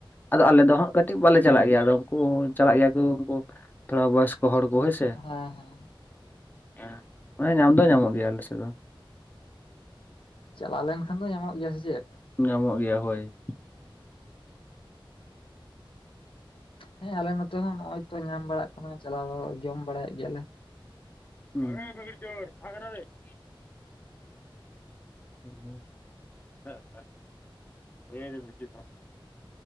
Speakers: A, on the left; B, on the left.
A: ᱟᱫᱚ ᱟᱞᱮ ᱫᱚ ᱦᱟᱸᱜ ᱠᱟᱹᱴᱤᱡ ᱵᱟᱞᱮ ᱪᱟᱞᱟᱜ ᱜᱮᱭᱟ, ᱟᱫᱚ ᱩᱝᱠᱩ ᱪᱟᱞᱟᱜ ᱜᱮᱭᱟ ᱩᱝᱠᱩ ᱛᱷᱚᱲᱟ ᱵᱚᱭᱚᱥᱠᱚ ᱦᱚᱲ ᱠᱚ ᱦᱳᱭ ᱥᱮ ᱾
B: ᱦᱮᱸ, ᱦᱮᱸ!
A: ᱦᱩᱸ, ᱢᱟᱱᱮ ᱧᱟᱢ ᱫᱚ ᱧᱟᱢᱚᱜ ᱜᱮᱭᱟ ᱟᱞᱮ ᱥᱮᱫ ᱫᱚ ᱾
B: ᱪᱟᱞᱟᱣ ᱞᱮᱱᱠᱷᱟᱱ ᱫᱚ ᱧᱟᱢᱚᱜ ᱜᱮᱭᱟ ᱥᱮ ᱪᱮᱫ?
A: ᱧᱟᱢᱚᱜ ᱜᱮᱭᱟ, ᱦᱳᱭ ᱾
B: ᱦᱮᱸ ᱟᱞᱮ ᱱᱚᱛᱮ ᱦᱚᱸ ᱱᱚᱜ ᱚᱭ ᱛᱚ ᱧᱟᱢ ᱵᱟᱲᱟᱜ ᱠᱟᱱᱟ, ᱪᱟᱞᱟᱣ ᱡᱚᱢ ᱵᱟᱲᱟᱭᱮᱜ ᱜᱮᱭᱟᱞᱮ ᱾
A: ᱮᱭ ᱪᱳᱨ ᱵᱷᱟᱜᱨᱟ ᱨᱮ ᱾ <inaudible> <unintelligible>